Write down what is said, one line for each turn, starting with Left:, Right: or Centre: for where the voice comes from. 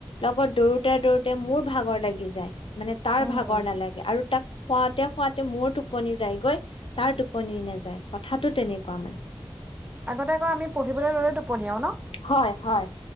Left: লগত দৌৰোতে দৌৰোতে মোৰ ভাগৰ লাগি যায়। মান তাৰ
Right: উম
Left: ভাগ ভাগৰ
Right: উম
Left: নালাগে আৰু তাক খুৱাতে খুৱাতে মোৰ টোপনি যায়গৈ, তাৰ টোপনি নাযায়। কথাটো তেনেকুৱা মানে।
Right: আগতে এবাৰ আমি পঢ়িবলৈ ললেতো টোপনিয়াও নো?
Left: হয় হয়